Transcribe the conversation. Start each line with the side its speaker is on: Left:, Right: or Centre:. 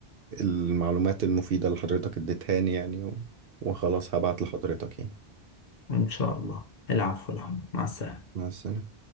Right: المعلومات المفيدة اللي حضرتك اديتهاني يعني و- وخلاص هبعت لحضرتك يعني
Left: ان شاء الله العفو العفو مع السلامة
Right: مع السلامة